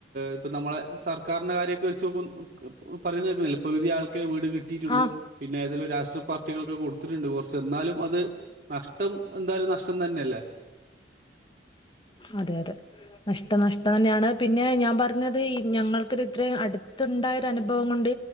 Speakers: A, on the right; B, on the left.
A: ഇപ്പൊ നമ്മളെ സർക്കാരിന്റെ കാര്യൊക്കെ <unintelligible> പറയുന്ന കേക്കുന്നില്ല പകുതി ആൾക്കെ വീട് കിട്ടിയിട്ടുള്ളൂ
B: ആ
A: പിന്നെ ഏതേലും രാഷ് ട്രിയ പാർട്ടികൾക്കൊക്കെ കൊടുത്തിട്ടുണ്ട് കുറച്ച് എന്നാലും അത് നഷ്ടം എന്തായാലും നഷ്ടം തന്നെയല്ലേ
B: അതെ അതെ നഷ്ടം നഷ്ടം തന്നെയാണ് പിന്നെ ഞാൻ പറഞ്ഞത് ഈ ഞങ്ങൾക്കിത് ഇത്രയും അടുത്തുണ്ടായ ഒരു അനുഭവം കൊണ്ട്